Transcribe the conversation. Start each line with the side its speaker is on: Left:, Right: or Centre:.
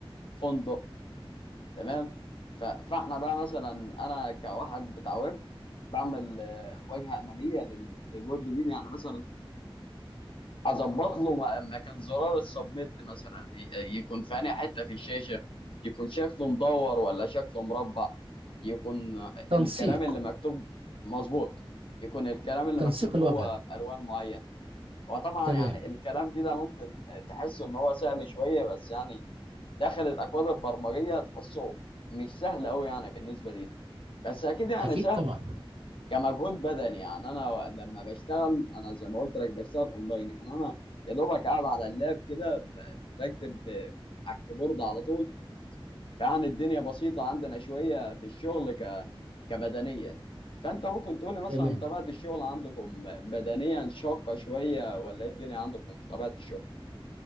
Left: فندق تمام ف- فاحنا بقى مثلا انا كواحد بتاع ويب بعمل آه، واجهه اماميه لل- للويب دي يعني مثلا اظبط له م- مكان زرار السبميت مثلا ي- يكون في أنهي حته في الشاشه يكون شكله مدور ولا شكله مربع يكون
Right: تنسيق
Left: الكلام اللي مكتوب مظبوط يكون الكلام اللي
Right: تنسيق
Left: مكتوب
Right: الواجهه
Left: جوه بالوان معينه وطبعا
Right: تمام
Left: يعني الكلام دي ده ممكن تحس ان هو سهل شويه بس يعني داخل الاكواد البرمجيه تحسه مش سهل قوي يعني بالنسبه لي دي بس اكيد يعني
Right: اكيد
Left: سهل
Right: طبعا
Left: كمجهود بدني يعني انا و- لما بشتغل انا زي ما قلت لك بشتغل اونلاين يعني انا يا دوبك قاعد على اللاب كده ب- بكتب ب- على الكيبورد على طول فيعني الدنيا بسيطة عندنا شوية في الشغل ك كبدنيا فانت ممكن تقولي مثلا
Right: تمام
Left: طبيعة الشغل عندكم بدنيا شاقة شوية ولا ايه الدنيا عندكم في طبيعة الشغل